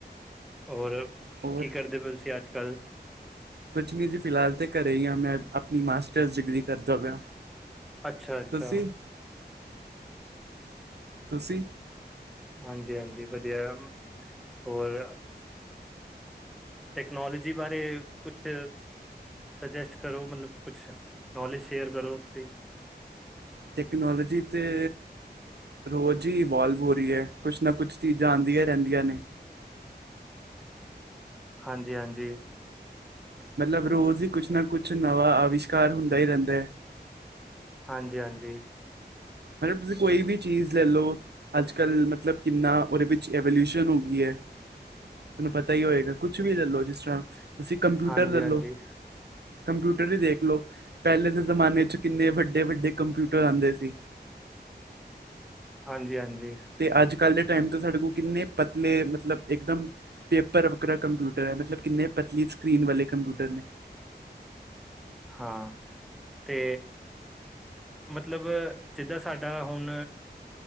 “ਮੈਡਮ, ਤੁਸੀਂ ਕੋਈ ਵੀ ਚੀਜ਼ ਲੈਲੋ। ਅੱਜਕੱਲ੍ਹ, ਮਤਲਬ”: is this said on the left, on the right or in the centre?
Right